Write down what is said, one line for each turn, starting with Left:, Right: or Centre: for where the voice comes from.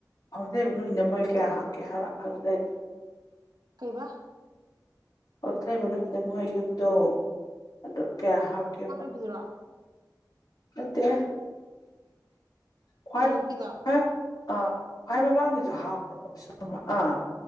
Left: ꯍꯧꯖꯛ ꯅꯣꯏꯅ ꯃꯣꯏ ꯀꯌꯥ ꯍꯥꯞꯀꯦ ꯑꯗꯨꯗꯩ
Right: ꯀꯩꯕꯥ
Left: ꯍꯧꯖꯤꯛ ꯂꯩꯕ ꯅꯣ ꯅꯥꯅꯝꯃ ꯃꯣꯏ ꯌꯨꯝꯗꯣ ꯑꯗꯣ ꯀꯌꯥ ꯍꯥꯞꯀꯦꯕ
Right: ꯄꯨꯗꯨꯔꯥ <inaudible>
Left: ꯅꯠꯇꯦ ꯈ꯭ꯋꯥꯏ
Right: ꯍꯧꯖꯤꯛꯀꯤꯗꯣ
Left: ꯈ꯭ ꯑꯥ ꯈ꯭ꯋꯥꯏ ꯃꯃꯥꯡꯒꯤꯁꯨ ꯍꯥꯞꯄ ꯁꯤꯕ ꯑꯥ <inaudible>